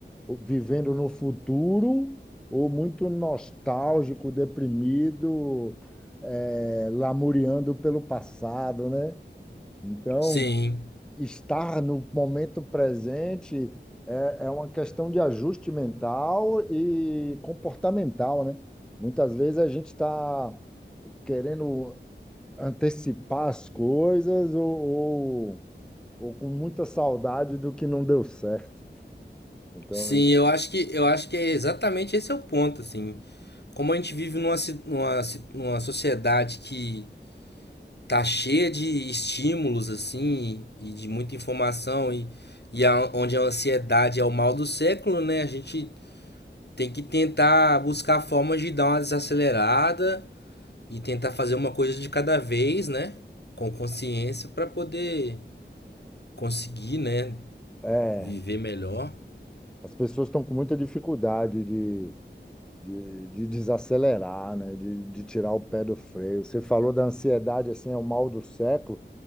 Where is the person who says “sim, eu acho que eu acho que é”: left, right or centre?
Left